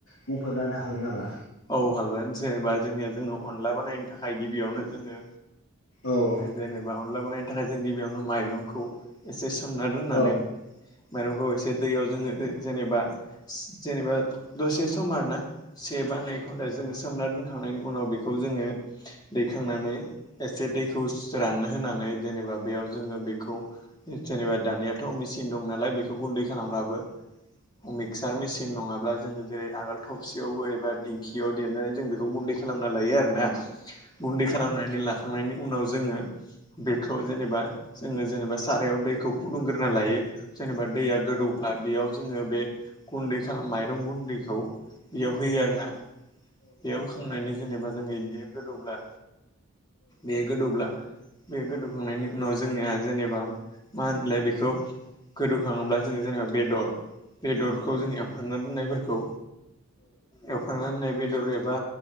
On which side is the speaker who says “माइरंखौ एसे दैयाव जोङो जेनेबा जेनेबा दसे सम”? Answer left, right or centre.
Left